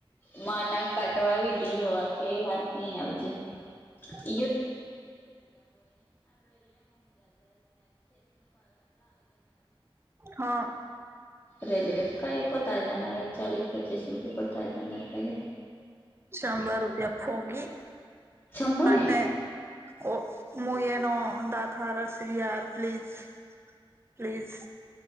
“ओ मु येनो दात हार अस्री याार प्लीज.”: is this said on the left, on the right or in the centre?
Right